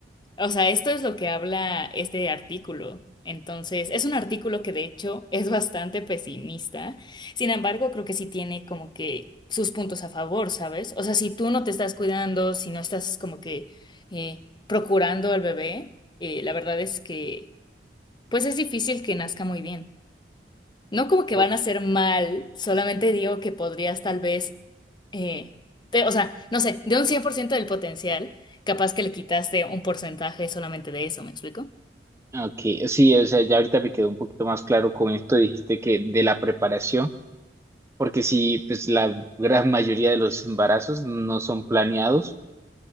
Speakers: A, on the left; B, on the right.
A: O sea, esto es lo que habla este artículo. Entonces, es un artículo que de hecho es bastante pesimista. Sin embargo, creo que sí tiene como que sus puntos a favor, ¿sabes? O sea, si tú no te estás cuidando, si no estás como que eh, procurando al bebé, eh, la verdad es que pues es difícil que nazca muy bien. No como que
B: ok,
A: van a ser mal, solamente digo que podrías tal vez, eh, te- o sea, no sé, de un 100% del potencial, capaz que le quitaste un porcentaje solamente de eso, ¿me explico?
B: ok. Sí, o sea, ya ahorita me quedó un poquito más claro con esto, dijiste que de la preparación, porque sí, pues la gran mayoría de los embarazos no son planeados